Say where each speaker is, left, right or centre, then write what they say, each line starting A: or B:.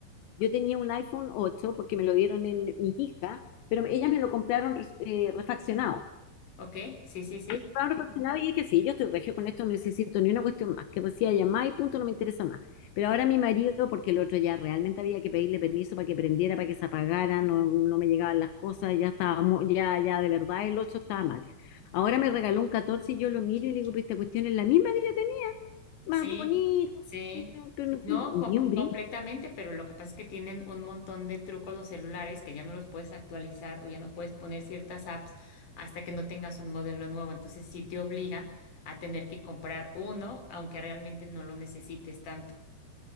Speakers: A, on the left; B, on the left.
A: yo tenía un iPhone 8 porque me lo dieron en mi hija, pero ellas me lo compraron res- eh, refaccionado.
B: ok, sí, sí, sí,
A: estaba reflexionada y dije, sí, yo estoy regio con esto, no necesito ni una cuestión más, que decía llamar y punto, no me interesa más. Pero ahora mi marido, porque el otro ya realmente había que pedirle permiso para que prendiera, para que se apagara, no, no me llegaban las cosas, ya estábamos, ya, ya de verdad el 8 estaba mal. Ahora me regaló un 14 y yo lo miro y le digo, pero esta cuestión es la misma que yo tenía, más
B: sí,
A: bonita,
B: sí.
A: no- pero no
B: No,
A: tiene
B: com-
A: ni
B: completamente,
A: un brillo.
B: pero lo que pasa es que tienen un montón de trucos los celulares que ya no los puedes actualizar o ya no puedes poner ciertas apps hasta que no tengas un modelo nuevo. Entonces sí te obligan a tener que comprar uno, aunque realmente no lo necesites tanto.